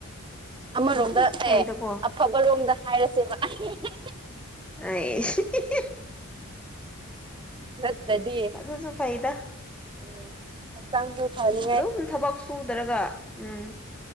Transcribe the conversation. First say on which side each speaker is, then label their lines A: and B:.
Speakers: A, on the right; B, in the centre.
A: ꯑꯃꯔꯣꯝꯗ
B: ꯑꯗꯨꯁꯨ ꯐꯩꯗꯀꯣ
A: ꯑꯦ ꯑꯐꯕꯔꯣꯝꯗ ꯍꯥꯏꯔꯁꯦꯕ ꯑꯩꯍꯦꯍꯦ
B: <unintelligible>
A: ꯅꯠꯇꯗꯤ
B: ꯑꯗꯨꯁꯨ ꯐꯩꯗ
A: ꯎꯝ ꯆꯪꯖꯨ ꯐꯅꯤ
B: ꯑꯗꯨꯝ ꯊꯕꯛ ꯁꯨꯗꯔꯒ ꯎꯝ